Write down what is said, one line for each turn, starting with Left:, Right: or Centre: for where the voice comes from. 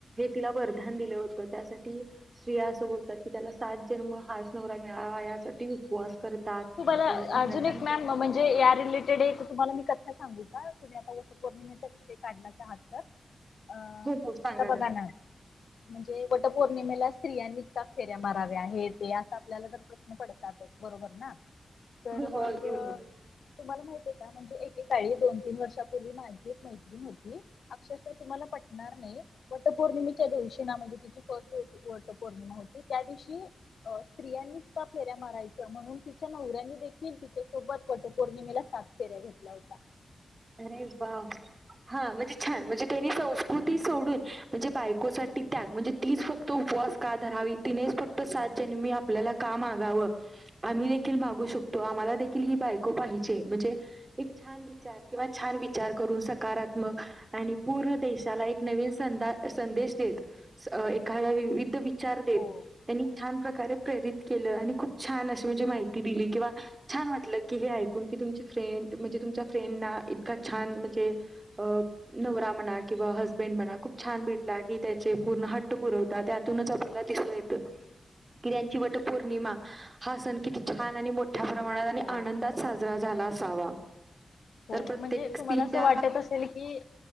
Right: तिला वरदान वरदान दिलं होत. त्यासाठी स्त्रिया असं बोलतात. की त्याला सात जन्म हाच नवरा मिळावा यासाठी उपवास करतात
Left: तुम्हाला
Right: अंब्याचा
Left: अजून एक
Right: निवेद
Left: मॅम म्हणजे या रिलेटेड एक तुम्हाला मी कथा सांगू का तुम्ही आता वटपौर्णिमेचा विषय काढलाच आहात तर अ
Right: हो हो सांगा
Left: आता बघा
Right: ना
Left: म्हणजे वटपौर्णिमेला स्त्रियांच का फेऱ्या माराव्या हे ते आस आपल्याला तर प्रश्न पडतातच बरोबर ना तर
Right: हो हो
Left: मग
Right: अगदी बरोबर.
Left: तुम्हाला माहित आहे का म्हणजे एकेकाळी दोन तीन वर्षापूर्वी माझी एक मैत्रीण होती आक्षरशा तुम्हाला पटणार नाही. वटपौर्णिमेच्या दिवशी ना म्हणजे. तिची फर्स्ट ओटी वटपौर्णिमा होती त्या दिवशी अ स्त्रियांच का फेऱ्या मारायचं म्हणून तिच्या नवऱ्यानी देखील तिच्यासोबत वटपौर्णिमेला सात फेऱ्या घेतल्या होत
Right: अरे वा हा म्हणजे छान म्हणजे त्यानी संस्कृती सोडून म्हणजे बायकोसाठी त्याग म्हणजे तीच फक्त उपवास का धरावी तिने फक्त सात जन्मी आपल्याला का मागाव आम्ही द देखील मागू शकतो आम्हाला देखील ही बायको म्हणजे छान विचार किंवा छान विचार करून सकारात्मक आणि पूर्ण देशाला एक नवीन संदा संदेश द एखा विविध विचार देत
Left: हो
Right: त्यां छान प्रकारे प्रेरित केलं आणि खूप छान अशी म्हणजे माहिती दिली किंवा छान वाटलं की हे ऐकून तुमची फ्रेंड म्हणजे तुमच्या फ्रेंडना इतका छान म्हणजे अ नवरा म्हणा किंवा हसबेंड म्हणा खूप छान भेटला की त्या ते पूर्ण हट्ट पुरवतात त्यातूनच आपल्याला दिसून येतं की त्यांची वट पौर्णिमा हा सण किती छान आणि मोठ मोठ्या प्रमाणात आणि
Left: हो
Right: आनंदात साजरा झाला असावा
Left: हो
Right: तर प्रत्येक
Left: म्हणजे
Right: स्त्रीच्या
Left: तुम्हाला असं वाटत असेल की